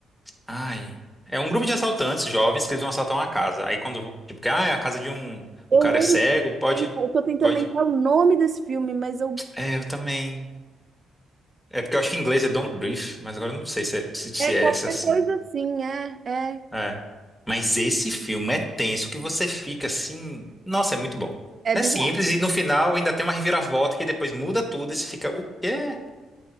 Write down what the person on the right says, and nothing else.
eu
lembro,
eu tô tentando
lembrar o nome desse filme, mas eu.
É
qualquer
coisa assim, é, é,
é
bizarro.